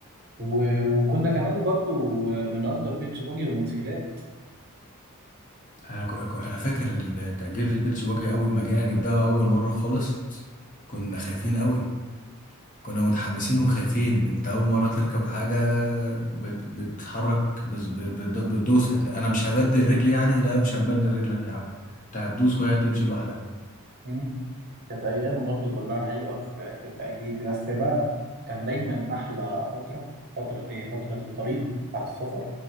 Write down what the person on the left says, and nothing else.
انا كو- كو- انا فاكر ال- تأجير البيتش باجي اول ما جينا نبداه اول مرة خالص كنا خايفين قوي كنا متحمسين وخايفين انت اول مره تركب حاجه بت... بتتحرك بس... ب... بت... بتدوس انا مش هبدل رجلي يعني لا مش هبدل رجلك يا عم انت هتدوس وهي هتمشي لوحدها